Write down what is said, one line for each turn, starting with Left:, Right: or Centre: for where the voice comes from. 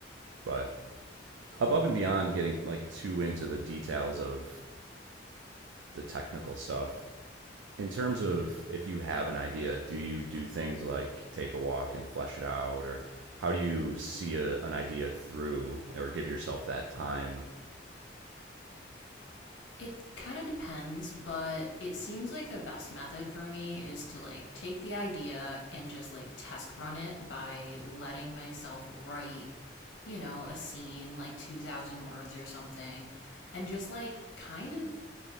Right: But above and beyond getting like too into the details of the technical stuff, in terms of if you have an idea, do you do things like take a walk and flesh it out or how do you see a, an idea through or give yourself that time
Left: It kind of depends, but it seems like the best method for me is to like take the idea and just like test run it by letting myself write, you know, a scene like 2,000 words or something, and just like kind of